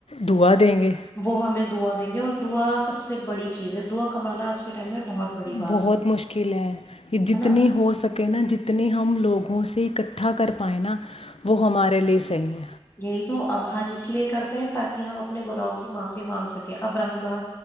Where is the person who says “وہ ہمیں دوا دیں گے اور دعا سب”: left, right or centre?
Left